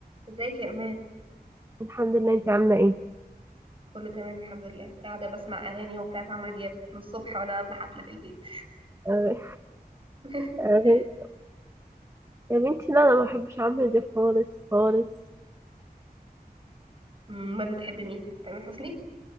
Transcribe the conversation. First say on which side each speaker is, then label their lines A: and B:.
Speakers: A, on the right; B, on the right.
A: ازيك يا امان
B: الحمد لله انت عامله ايه
A: كله تمام الحمد لله قاعده بسمع اغاني اهو بتاعت عمرو دياب من الصبح وانا عامله حفله في البيت
B: آه،
A: <laughs>
B: آه، يا بنتي لا انا ما بحبش عمرو دياب خالص خالص
A: أمم، ما بتحب مين تامر حسني